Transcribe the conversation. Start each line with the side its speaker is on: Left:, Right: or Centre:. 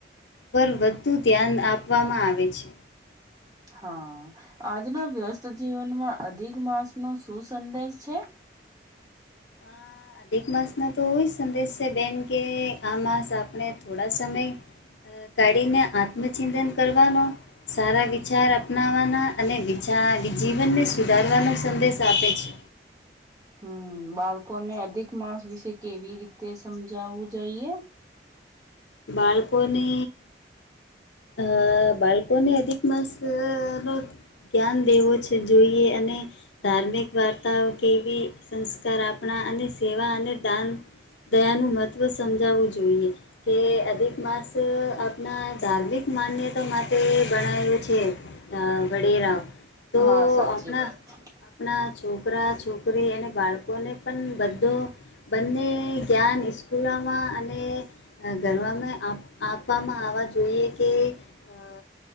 Left: પર વધુ ધ્યાન આપવામાં આવે છે
Right: હ આજના વ્યસ્ત જીવનમાં અધિક માસનો શું સંદેશ છે
Left: હા. આધિકનો તો વહી સંદેશ છે બેન કે આ માસ આપણે થોડા સમય અ કાઢીને આત્મચિંતન કરવાનો સારા વિચાર અપનાવવાના અને વિચાર જીવનને સુધારવાનો સંદેશ આપે છે.
Right: હમ્મ બાળકોને અધિક માસ વિશે કેવી રીતે સમજાવવું જોઈએ.
Left: બાળકોને અ બાળકોને અધિક માસ અ નો ધ્યાન દેવો છે જોઈએ અને ધાર્મિક વાર્તાઓ કે એવી સંસ્કાર આપણા અને સેવા અને દાન ધ્યાન મહત્વ સમજાવવું જોઈએ. કે અધિક માસ અ આપણા ધાર્મિક માન્યતા માટે ભણાયું છે ને વડેરા તો
Right: હા સાચી
Left: આપણા
Right: વાત છે
Left: આપ ના છોકરા છોકરી અને બાળકોને પણ બધો બંને ધ્યાન ઇસ્કૂલોમાં અને અ ગરવામાં આપ આપવામાં આવવા જોઈએ કે અ